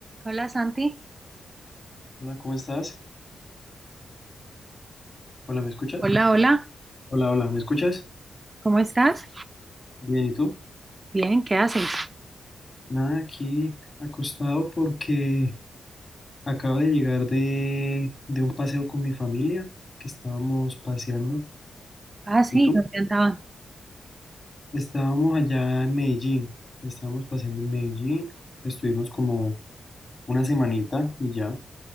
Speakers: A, on the right; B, on the left.
A: Hola Santi,
B: Hola, ¿cómo estás? Hola, ¿me escuchas?
A: Hola, hola,
B: Hola, hola, ¿me escuchas?
A: ¿cómo estás?
B: Bien, ¿y tú?
A: Bien, ¿qué haces?
B: Nada, aquí acostado porque acabo de llegar de, de un paseo con mi familia, que estábamos paseando.
A: ah sí,
B: ¿Y tú?
A: ¿dónde andaban?
B: Estábamos allá en Medellín, estábamos paseando en Medellín, estuvimos como una semanita y ya.